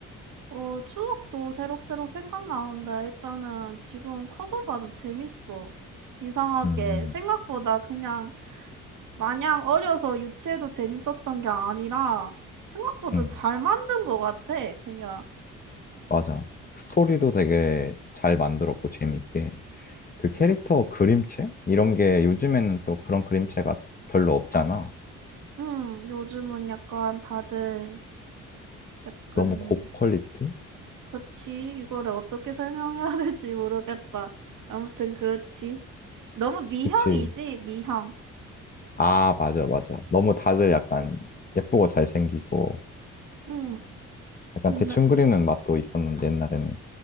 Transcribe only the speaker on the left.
음,
음,
맞아. 그 스토리도 되게 잘 만들었고 재밌게. 그 캐릭터
그림체? 이런 게 요즘에는 또 그런 그림체가 별로 없잖아.
너무 고퀄리티?
그치.
아, 맞아, 맞아. 너무 다들 약간 예쁘고 잘생기고
약간
대충 그리는 맛도 있었는데 옛날에는.